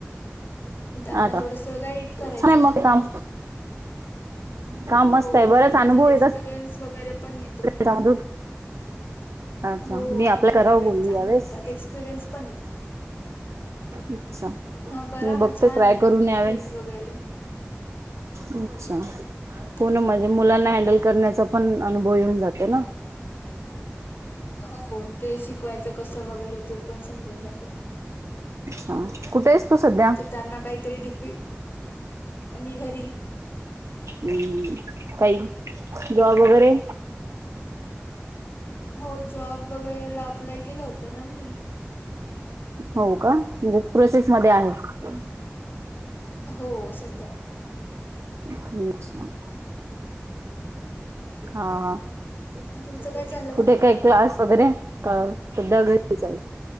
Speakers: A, on the left; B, on the right.
A: म त्यांना
B: आता
A: थोडस गाईड करायचं,.
B: छान आहे मग काम काम मस्त
A: हो,,,
B: आहे बरेच
A: त्याच्यात
B: अनुभव येत
A: एक्सपिरियन्स
B: असतील
A: वगैरे पण येतो.
B: त्याच्यामधून अच्छा
A: हो,
B: मी अप्लाय
A: अनुभव
B: करावं
A: वगैरे
B: बोलली
A: चांगले
B: यावेळेस
A: येतात, एक्सपिरियन्स पण येतो.
B: अच्छा,
A: हां, करा
B: मी बघते
A: ना छान
B: ट्राय
A: आहे
B: करून यावेळेस.
A: फील्ड वगैरे.
B: अच्छा,, हो ना
A: हम्म.
B: म्हणजे मुलांना हँडल करण्याचा आपण अनुभव येऊन जाते ना.
A: हो ते शिकवायचं कसं वगैरे ते पण समजून जाते.
B: हा कुठे आहेस तू सध्या
A: ते त्यांना काहीतरी डिफि अ्मी घरी...
B: हम्म,, काही जॉब वगैरे...
A: हो जॉब वगैरेला अप्लाय केलं होत ना मी.
B: हो का? म्हणजे प्रोसेसमध्येध्ये आहे,.
A: हम्म. हो सध्या.
B: अच्च्छा. हा, ह,
A: तुमचं काय चाललं बाकी?
B: कुठे काय क्लास वगैरे? हा सध्या घरीच आहे.